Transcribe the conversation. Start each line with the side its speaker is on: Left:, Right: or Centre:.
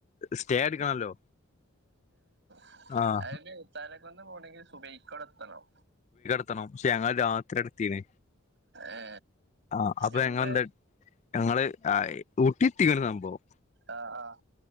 Left: സ്റ്റേ എടുക്കണല്ലോ
Right: <unintelligible>
Left: ആഹ്
Right: പോണെങ്കിൽ സുബഹികടെത്തണം
Left: എത്തണം പക്ഷെ ങ്ങള് രാത്രി എത്തീണ്
Right: ഏ
Left: ആഹ് അപ്പൊ
Right: എവിടെ
Left: ഞങ്ങൾണ്ട് ഞങ്ങള് ആ ഊട്ടി എത്തിക്ണ് സംഭവം
Right: ആഹ് ആഹ്